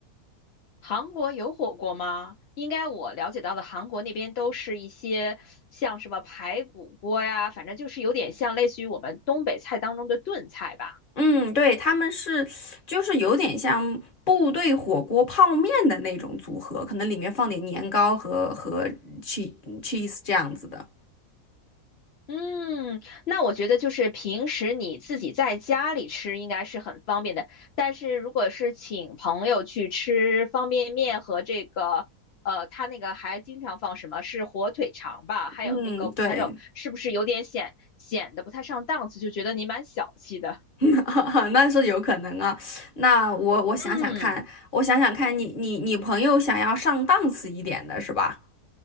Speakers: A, on the left; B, on the left.
A: 韩国有火锅吗？应该我了解到的韩国那边都是一些像什么排骨锅呀，反正就是有点像类似于我们东北菜当中的炖菜吧。
B: 嗯，对，他们是，就是有点像部队火锅泡面的那种组合，可能里面放点年糕和和 cheese 嗯 cheese 这样子的。
A: 嗯，那我觉得就是平时你自己在家里吃应该是很方便的，但是如果是请朋友去吃方便面和这个，呃，他那个还经常放什么是火腿肠吧，还有那个午餐肉，
B: 嗯，对，
A: 是不是有点显显得不太上档次，就觉得你蛮小气的？
B: <laughs> 那是有可能啊。那我我想想看，
A: 嗯。
B: 我想想看你你你朋友想要上档次一点的是吧？